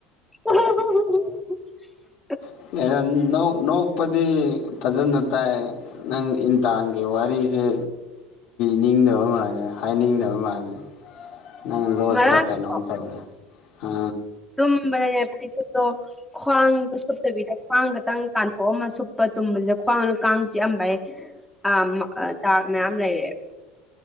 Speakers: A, in the centre; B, on the left.
A: <unintelligible>
B: <unintelligible> ꯅꯣꯛꯄꯗꯤ ꯐꯖꯅ ꯇꯥꯏ ꯅꯪ ꯏꯟꯇꯔꯒꯤ ꯋꯥꯔꯤꯁꯦ ꯂꯤꯅꯤꯡꯗꯕ ꯃꯥꯜꯂꯦ꯫ ꯍꯥꯏꯅꯤꯡꯗꯕ ꯃꯥꯜꯂꯦ ꯅꯪ ꯂꯣꯠꯄ꯭ꯔꯥ
A: ꯉꯔꯥꯡꯗꯣ
B: ꯀꯩꯅꯣꯝ ꯇꯧꯔꯦ ꯍꯥ?
A: ꯇꯨꯝꯕꯗꯅꯦ ꯐꯩꯖꯨꯞꯇꯣ ꯈ꯭ꯋꯥꯡꯗꯣ ꯁꯨꯞꯇꯕꯤꯗ ꯈ꯭ꯋꯥꯡ ꯈꯛꯇꯪ ꯀꯥꯟꯊꯣꯛꯑꯃ ꯁꯨꯞꯄ ꯇꯨꯝꯕꯁꯤꯗ ꯈ꯭ꯋꯥꯡꯗ ꯀꯥꯡ ꯆꯤꯛꯑꯝꯕꯩ ꯑ-ꯃ ꯗꯥꯛ ꯂꯩꯔꯦ꯫